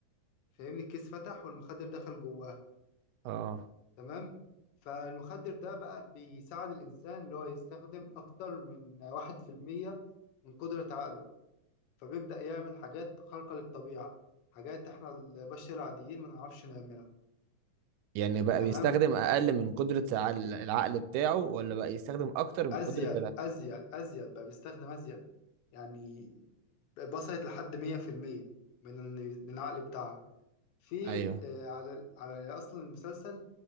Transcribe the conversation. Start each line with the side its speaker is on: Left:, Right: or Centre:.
Left: فاهمني الكيس فتح والمخدر دخل جواها
Right: اه
Left: تمام فالمخدر ده بقى بيساعد الإنسان اللي هو يستخدم أكتر من واحد في المية من قدرة عقله فبيبدأ يعمل حاجات خارقة للطبيعة حاجات إحنا البشر العاديين ما نعرفش نعملها
Right: يعني بقى
Left: تمام
Right: بيستخدم أقل من قدرة العقل العقل بتاعه ولا بقى يستخدم أكتر من
Left: أزيد
Right: قدرة
Left: أزيد أزيد بقى بيستخدم أزيد يعني وصلت لحد مية في المية من من العقل بتاعها في
Right: ايوه
Left: آه، على على أصلا المسلسل